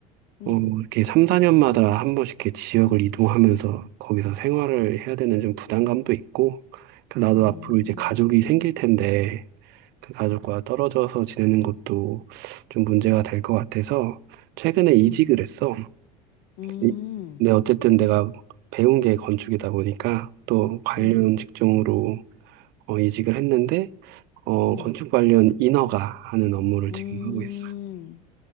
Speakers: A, on the left (about 55°); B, on the right (about 55°).
A: 음,
B: 어, 이렇게 3, 4년마다 한 번씩 이렇게 지역을 이동하면서 거기서 생활을 해야 되는 좀 부담감도 있고, 그 나도
A: 음,
B: 음, 앞으로 이제 가족이 생길 텐데, 그 가족과 떨어져서 지내는 것도 좀 문제가 될 것 같아서, 최근에 이직을
A: 음,
B: 했어.
A: 음,
B: 이- 근데 어쨌든 내가 배운 게 건축이다 보니까, 또 관련
A: 음,
B: 직종으로 어, 이직을 했는데, 어,
A: 음,
B: 건축 관련 인허가 하는 업무를
A: 음.
B: 지금 하고 있어.